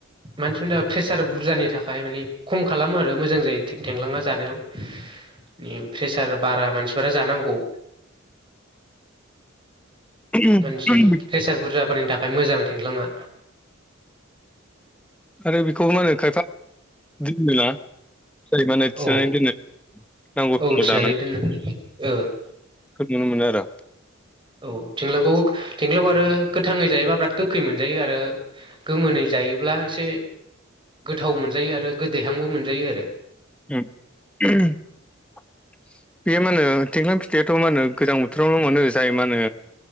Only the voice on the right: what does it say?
मानसिफोरनि थाखाय प्रेसार बुरजानि थाखाय मानि खम खालामो आरो मोजां जायो थेंलाङा जानायाव प्रेसार बारा मानसिफोरा जानांगौ
मानसिनि प्रेसार बुरजाफोरनि थाखाय मोजां थिंख्लाङा
औ
औ थिनानै
दोनो ओ
औ थिंख्लांखौ थिंख्लांखौ आरो गोथाङै जायोबा बिराद गोखै मोनजायो आरो गोमोनै जायोब्ला एसे गोथाव मोनजायो आरो गोदैहांबो मोनजायो आरो